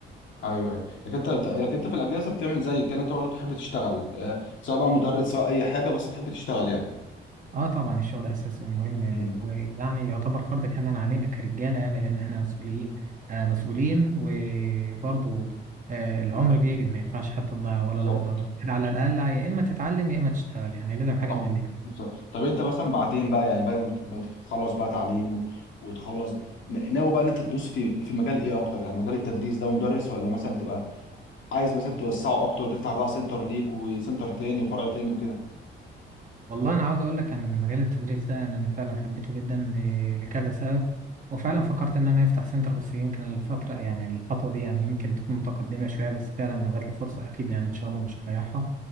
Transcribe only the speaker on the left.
ايوه ايوه لكن انت لكن انت في الاجازه بتعمل زي كده انت برضه تحب تشتغل آه، سواء بقى مدرس سواء اي حاجه بس تحب تشتغل يعني
مم.
بالظبط
صح
بالظبط طب انت مثلا بعدين بقى يعني بعد ما ما تخلص بقى تعليم و- وتخلص ن- ناوي بقى ان انت تدوس في في مجال ايه اكتر يعني مجال التدريس ده ومدرس ولا مثلا تبقى عايز مثلا توسعه اكتر وتفتح بقى سنتر ليك وسنتر تاني وفرع تاني وكده